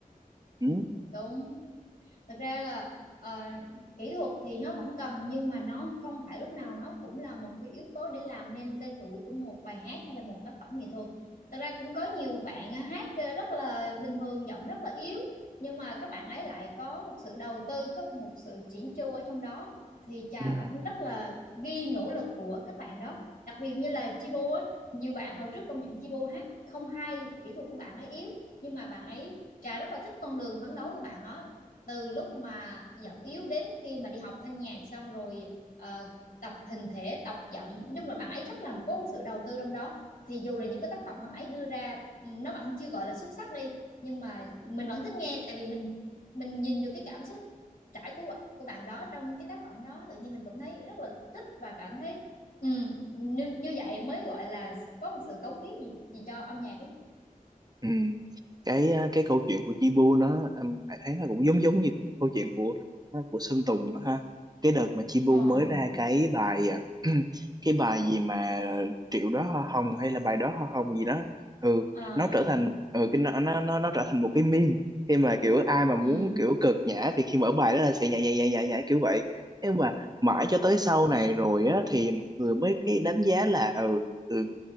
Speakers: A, on the right; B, on the left.
A: ừ.
B: ừ, đúng thật ra là ờ, kỹ thuật thì nó vẫn cần nhưng mà nó không phải lúc nào nó cũng là một cái yếu tố để làm nên tên tuổi của một bài hát hay là một tác phẩm nghệ thuật thật ra cũng có nhiều bạn ờ, hát ờ, rất là bình thường giọng rất là yếu nhưng mà các bạn ấy lại có một sự đầu tư có một sự chỉn chu ở trong đó thì Trà
A: Ừ.
B: vẫn rất là ghi nỗ lực của các bạn đó đặc biệt như là Chibu á nhiều bạn hồi trước công nhận Chibu hát không hay kỹ thuật của bạn ấy yếu nhưng mà bạn ấy Trà rất là thích con đường phấn đấu của bạn đó từ lúc mà giọng yếu đến khi mà đi học thanh nhạc xong rồi ờ, tập hình thể tập giọng nói chung là bạn ấy rất là có sự đầu tư trong đó thì dù là những cái tác phẩm mà ấy đưa ra ừ, nó vẫn chưa gọi là xuất sắc đi nhưng mà mình vẫn thích nghe tại vì mình mình nhìn được cái cảm xúc trải của của bạn đó trong cái tác phẩm đó tự nhiên mình cũng thấy rất là thích và cảm thấy ừm, như như vậy mới gọi là có một sự cống hiến gì, gì cho âm nhạc ấy
A: Ừ. cái ờ, cái câu chuyện của Chi Bu nó em phải thấy nó cũng giống giống như câu chuyện của ờ, của Sơn Tùng đó ha cái đợt mà Chi Bu
B: ờ
A: mới ra cái bài ờ, <clears throat> cái bài gì mà triệu đó hoa hồng hay là bài đó hoa hồng gì đó ừ
B: ờ
A: nó trở thành ừ cái nó nó nó nó trở thành một cái meme khi mà kiểu ai mà muốn
B: ừm,
A: kiểu cực nhã thì khi mở bài đó là sẽ nhảy nhảy nhảy nhảy nhảy kiểu vậy nhưng mà mãi cho tới sau này rồi á thì mọi người mới cái đánh giá là ừ, ừ